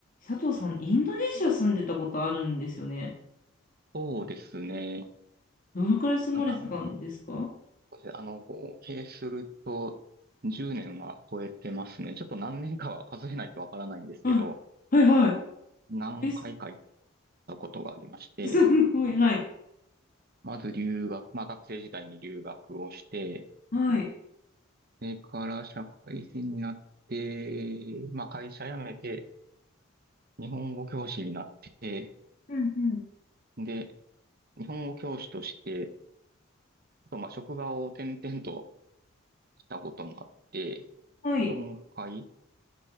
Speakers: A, on the left; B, on the right.
A: 佐藤さん、インドネシア住んでたことあるんですよね。
B: そうですね。
A: どのくらい住まれてたんですか
B: なんあの、合計すると10年は超えてますね。ちょっと何年かは数えないとわからないんですけど、
A: はい、はい、はい。
B: 何回か行っ
A: え、す
B: たことがありまして、
A: すごい、はい、
B: まず留学、まあ学生時代に留学をして、
A: はい。
B: それから社会人になって、まあ会社辞めて、日本語教師になって、
A: うんうん。
B: で、日本語教師として、あとまあ職場を転々としたこともあって、
A: はい。
B: 4回